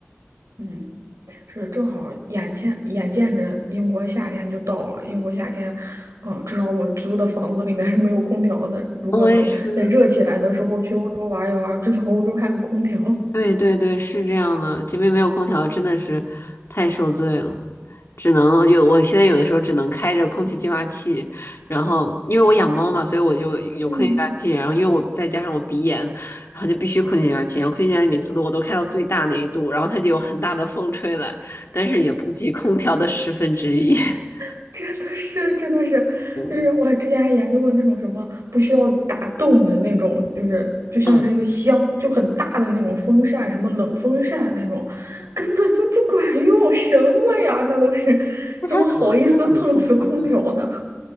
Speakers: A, on the right; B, on the left.
A: 嗯，是正好眼前眼见着英国夏天就到了，英国夏天，嗯，至少我租的房子里面是没有空调的。如果能在热起来的时候去欧洲玩一玩，
B: 我也是，
A: 至少欧洲还有空调。<laughs>
B: 对对对，是这样的，这边没有空调，真的是太受罪了，只能有，我现在有的时候只能开着空气净化器，然后因为我养猫嘛，所以我就有空气净化器，
A: 嗯。
B: 然后因为我再加上我鼻炎，然后就必须空气净化器，然后空气净化器每次都我都开到最大那一度，然后它就有很大的风吹来，但是也不及空调的十分之一。<laughs>
A: <laughs> 真的是，真的是，
B: 嗯
A: 就是我之前还研究过那种什么不需要打洞的那种，就是就像是一个箱，
B: 嗯，
A: 就很大的那种风扇，什么冷风扇那种，
B: 嗯
A: 根本就不管用，什么呀？那都是
B: 那它怎么它怎么出风啊？
A: 怎么好意思碰瓷空调的？<laughs>